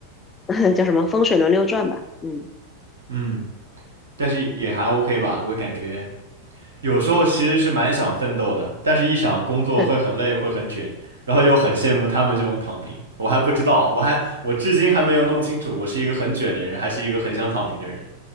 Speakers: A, on the left; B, on the right.
A: <laughs> 叫什么风水轮流转吧，嗯，
B: 嗯，但是也还 OK 吧，我感觉有时候其实是蛮想奋斗的，但是一想工作会很累，
A: <laughs>
B: 会很卷，然后又很羡慕他们这种躺平，我还不知道，我还我至今还没有弄清楚，我是一个很卷的人，还是一个很想躺平的人，